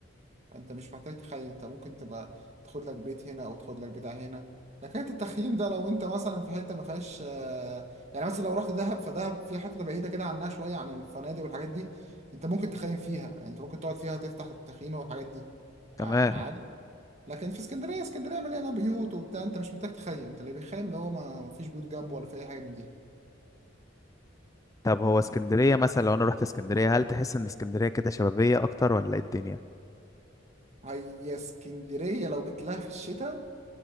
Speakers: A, on the right (about 35°); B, on the left (about 15°).
A: انت مش محتاج تخيم انت ممكن تبقى تاخد لك بيت هنا او تاخد لك بتاع هنا لكن التخييم ده لو انت مثلا في حته ما فيهاش آه، يعني مثلا لو رحت دهب فدهب في حته بعيده كده عنها شويه عن الفنادق والحاجات دي انت ممكن تخيم فيها يعني انت ممكن تقعد فيها تفتح التخييم والحاجات دي
B: تمام
A: آه، معانا لكن في اسكندريه اسكندريه مليانه بيوت وبتاع انت مش محتاج تخيم انت اللي بيخيم اللي هو ما ما فيش بيوت جنبه ولا في اي حاجه من دي
B: طب هو اسكندرية
A: آه،
B: مثلا لو انا رحت اسكندرية هل تحس ان اسكندرية كده شبابية اكتر ولا ايه الدنيا
A: هي اسكندريه لو جيت لها في الشتاء